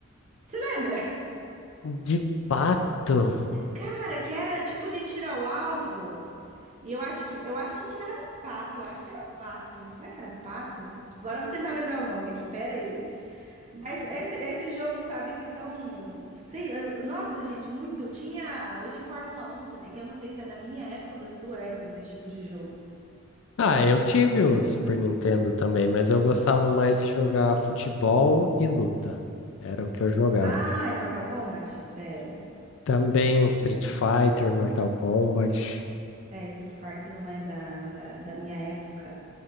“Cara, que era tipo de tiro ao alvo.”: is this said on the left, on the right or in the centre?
Right